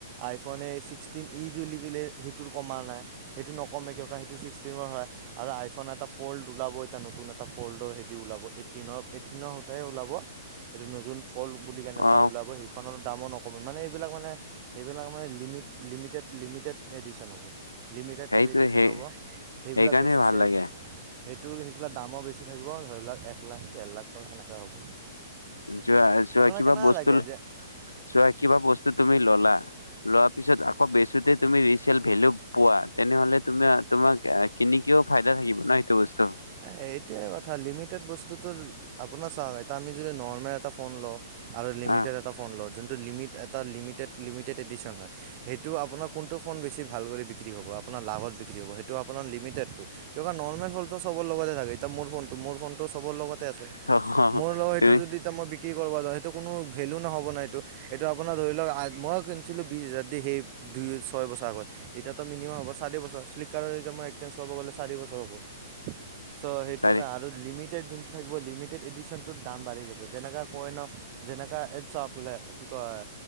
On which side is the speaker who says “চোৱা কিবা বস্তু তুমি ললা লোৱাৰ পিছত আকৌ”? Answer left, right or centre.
Left